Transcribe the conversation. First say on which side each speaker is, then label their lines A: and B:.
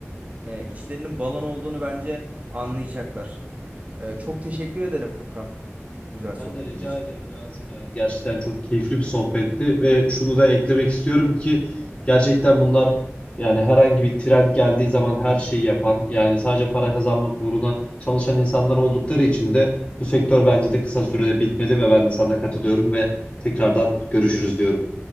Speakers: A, on the right; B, on the left.
A: e, içlerinin balon olduğunu bence anlayacaklar. E, çok teşekkür ederim Furkan. Güzel sohbetin
B: Ben de rica
A: için.
B: ederim yazdım yani. Gerçekten çok keyifli bir sohbetti ve şunu da eklemek istiyorum ki gerçekten bunlar yani herhangi bir trend geldiği zaman her şeyi yapan yani sadece para kazanmak uğruna çalışan insanlar oldukları için de bu sektör bence de kısa sürede bitmeli ve ben de sana katılıyorum ve tekrardan görüşürüz diyorum.